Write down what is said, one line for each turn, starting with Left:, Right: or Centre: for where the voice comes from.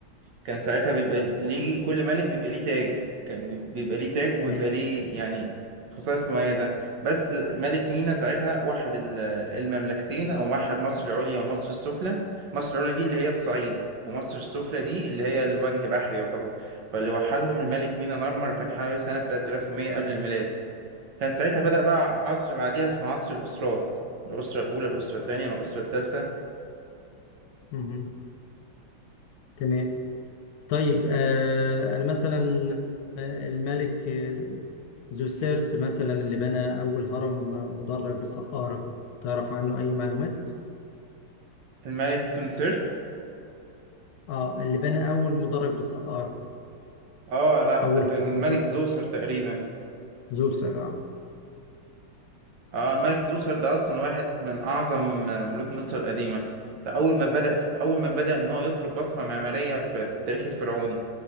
Right: كان ساعتها بيبقى ليه كل ملك بيبقى ليه تاج كان بي- بيبقى ليه تاج وبيبقى
Left: تمام
Right: ليه يعني خصائص مميزة بس ملك مينا ساعتها وحد ال- المملكتين أو وحد مصر العليا ومصر السفلى مصر العليا دي اللي هي الصعيد ومصر السفلى دي اللي هي الوجه بحري يعتبر فاللي وحدهم الملك مينا نارمر كان حوالي سنة 3100 قبل الميلاد كان ساعتها بدأ بقى عصر بعديها اسمه عصر الأسرات الأسرة الأولى الأسرة الثانية الأسرة الثالثة
Left: مهم. تمام طيب آه، أنا مثلا آه، الملك آه، زوسيرت مثلا اللي بنى أول هرم مدرج بسقارة تعرف عنه أي معلومات؟
Right: الملك سونسيرت
Left: آه اللي بنى أول مدرج بسقارة
Right: اه لا
Left: أول
Right: ده كان
Left: هرم مدرج
Right: الملك زوسر تقريبا
Left: زوسر آه
Right: اه الملك زوسر ده اصلا واحد من اعظم آه، ملوك مصر القديمه ده اول ما بدا اول ما بدا ان هو يترك بصمه معماريه في, في التاريخ الفرعوني